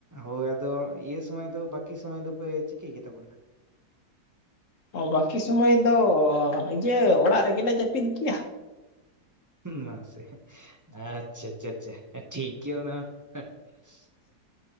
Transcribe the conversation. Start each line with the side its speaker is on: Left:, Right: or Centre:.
Right: ᱦᱳᱭ ᱟᱫᱚ ᱤᱭᱟᱹ ᱥᱚᱢᱚᱭ ᱫᱚ ᱵᱟᱠᱤ ᱥᱚᱢᱚᱭ ᱫᱚᱯᱮ ᱪᱤᱠᱟᱹᱭ ᱜᱮᱛᱟ ᱵᱚᱱᱟ?
Left: ᱚ ᱵᱟᱹᱠᱤ ᱥᱩᱢᱚᱭ ᱫᱚ ᱤᱭᱟᱹ ᱚᱲᱟᱜ ᱨᱮᱜᱮᱞᱮ ᱡᱟᱹᱯᱤᱫ ᱜᱮᱭᱟ᱾
Right: ᱢᱟᱥᱮ ᱟᱪᱪᱷᱟ ᱟᱪᱪᱷᱟ ᱟᱪᱪᱷᱟ ᱴᱷᱤᱠ ᱜᱮᱭᱟ ᱚᱱᱟ ᱦᱚᱸ᱾ <unintelligible>